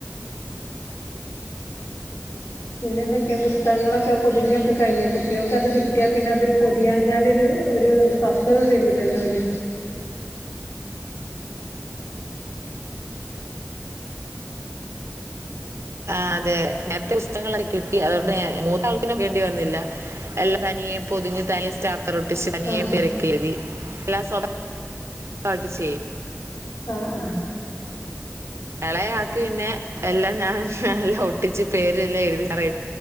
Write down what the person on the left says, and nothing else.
പിന്നെന്തൊക്കെയാ ബുസ്തകങ്ങളൊക്കെ പൊതിഞ്ഞൊക്കെ കഴിഞ്ഞോ കുട്ടികൾക്ക് അത് കിട്ടിയാ പിന്നെ അതൊരു പൊതിയാഞ്ഞാലൊരു ഒരു സ്വസ്ഥത തരൂലല്ലോ ഓല്
ആഹ്
ആഹ് ആ